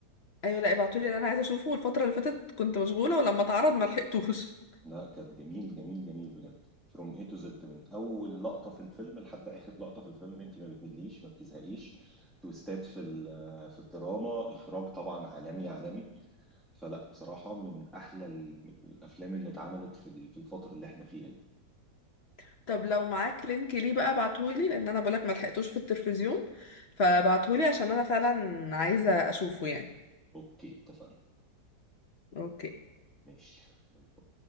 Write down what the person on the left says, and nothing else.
ايوه لا ابعتولي ده انا عايزه اشوفه الفتره اللي فاتت كنت مشغوله ولما اتعرض ما لحقتوش
<laughs> طب لو معاك لينك ليه بقى ابعتهولي لان انا بقولك ما لحقتوش في التلفزيون فابعتهولي عشان انا فعلا عايزه اشوفه يعني
اوكي